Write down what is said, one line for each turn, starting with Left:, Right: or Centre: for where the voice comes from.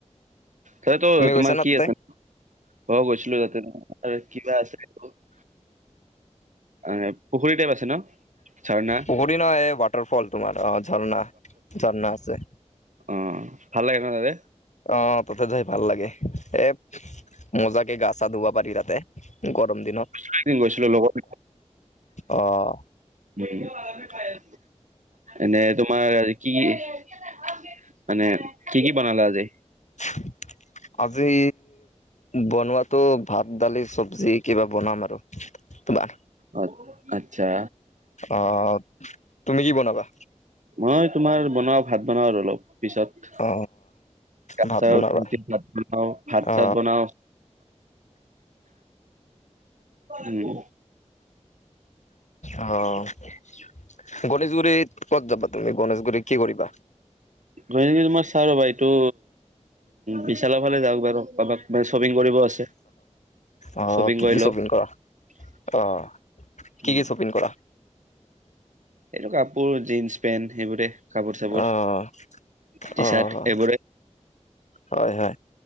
Right: তাতটো
Left: তুমি
Right: তোমাৰ
Left: গৈছা না
Right: কি
Left: তাতে
Right: আছে অ' গৈছিলো তাতে কিবা আছে। <unintelligible> এ পুখুৰী টাইপ আছে ন'? ঝাৰণা
Left: পুখুৰী নহয় এই ৱাটাৰ ফল তোমাৰ অ ঝৰ্ণা ঝৰ্ণা আছে।
Right: অঁ, ভাল লাগে নহ তাতে?
Left: অ', তাতে যাই ভাল লাগে। এ মজাকে গা চা ধুব পাৰি তাতে গৰম দিনত।
Right: দূইদিন গৈছিলো লগত।
Left: অহ।
Right: <unintelligible> এনে তোমাৰ কি কি, মানে কি কি বনালা আজি?
Left: <inaudible> আজি বনোৱাটো ভাত দালি চব্জি কিবা বনাম আৰু। তোমাৰ
Right: অ', আচ্ছা।
Left: অ', তুমি কি বনাবা?
Right: মই তোমাৰ বনাও ভাত বনাও আৰু অলপ। পিছত
Left: অ
Right: <unintelligible>
Left: ভাত বনাবা
Right: বনাও ভাত
Left: অ
Right: চাত বনাও। উম।
Left: অ', গনেশগুৰিত ক'ত যাবা তুমি গণেশগুৰিত কি কৰিবা?
Right: গনেশগুৰিত মই চাওঁ ৰ'বা এইটো বিশালৰ ফালে যাব পাৰোঁ, অলপ মানে শ্বপিং কৰিব আছে।
Left: অহ,
Right: শ্বপিং
Left: কি
Right: কৰি
Left: কি
Right: লওঁ
Left: শ্বপিং কৰা? অ' কি
Right: উম
Left: কি শ্বপিং কৰা?
Right: এইটো কাপোৰ, জীনছ পেণ্ট সেইবোৰে। কাপোৰ চাপোৰ,
Left: অ',
Right: টি
Left: অ',
Right: চাৰ্ট, এইবোৰে।
Left: হয় হয়,